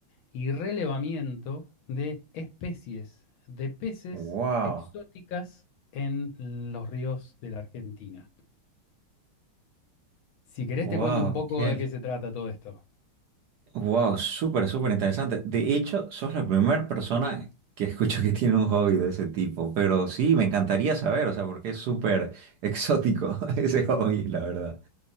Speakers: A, on the left; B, on the right.
A: y relevamiento de especies de peces
B: Wow,
A: exóticas en los ríos de la Argentina. Si querés
B: wow,
A: te cuento un poco
B: qué,
A: de qué se trata todo esto.
B: wow, súper, súper interesante. De hecho, sos la primera persona que escucho que tiene un hobby de ese tipo, pero sí, me encantaría saber, o sea, porque es súper exótico <laughs> ese hobby, la verdad.